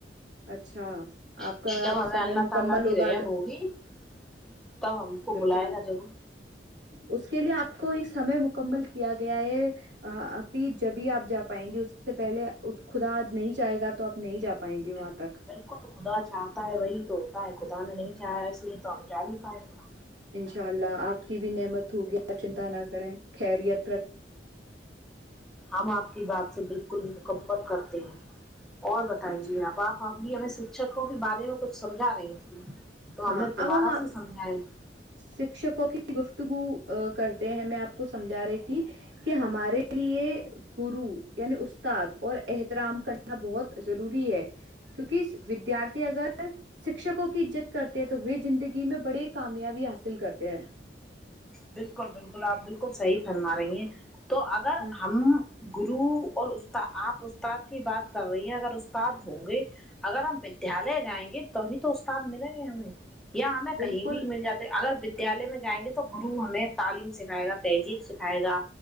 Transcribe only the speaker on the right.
اچھا آپ
کا
سمے
مکمل
ہوگا
بالکل
اس کے لیے آپ کو ایک سمے مکمل کیا گیا ہے پ جبھی
آ جا پائیں گی اس سے پہلے خدا نہیں چاہ گا تو آپ نہیں جا پائیں گے وہاں تک
انشاء اللہ آپ کی بھی نعمت ہوگی آپ چنتا نہ کریں خریت
اچھا
ہاں
ا
شکشک کی گفتگو کرتے ہیں میں آپ کو سمجھا رہی تھی کہ ہمارے لیے گرو یعنی استاد اور احترام کرنا بہت ضروری ہے کیونکہ ودیارتھی اگر شکشکوں کی عزت کرتے ہیں تو وہ زندگی میں بڑے کامیابی حاصل کرتے ہیں
ہیں
بالکل